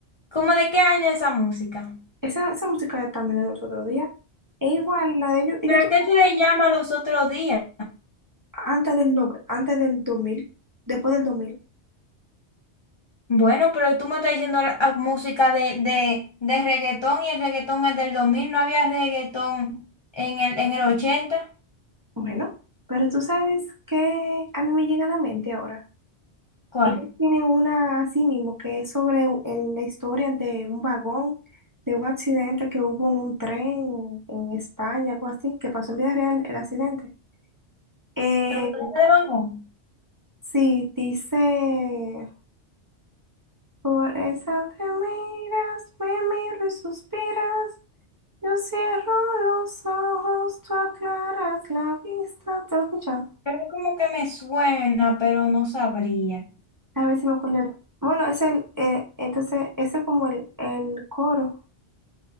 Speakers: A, on the left; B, on the right.
A: ¿Cómo de qué año es esa música?
B: Esa, esa música también es de los otros días. E igual, la de ellos, ellos
A: ¿Pero
B: tienen
A: a qué tú le llamas los otros días?
B: antes del, no- antes del dos mil después del dos mil
A: Bueno, pero tú me estás diciendo la- ah, música de, de, de reggaetón y el reggaetón es del dos mil no había reggaetón en el, en el ochenta
B: Bueno, pero tú sabes que a mí me llega a la mente ahora.
A: ¿Cuál?
B: Ellos tienen una así mismo que es sobre u- en la historia de un vagón, de un accidente que hubo en un tren en España, algo así, que pasó en vida real el accidente. Eh,
A: ¿Pero lo deja de Bango?
B: sí, dice, por esa te miras, me miro y suspiras, yo cierro los ojos, tú aclaras la vista, ¿te lo has escuchado?
A: Pero como que me suena, pero no sabría.
B: A ver si me acuerdo. Bueno, es el, eh, entonces, ese es como el, el coro.